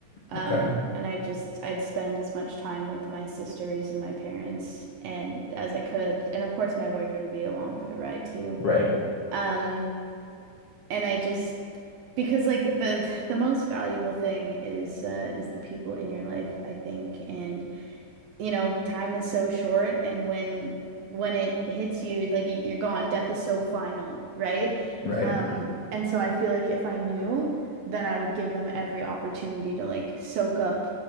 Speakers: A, on the right; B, on the left.
A: Um,
B: Okay.
A: and I just I'd spend as much time with my sisters and my parents and as I could. And of course my boyfriend would be along for the ride too.
B: Right.
A: Um, and I just because like the <laughs> the most valuable thing is uh is the people in your life, I think. And you know, time is so short and when when it hits you, like you're gone. Death is so final, right?
B: Right.
A: Um, and so I feel like if I knew, then I would give them every opportunity to like soak up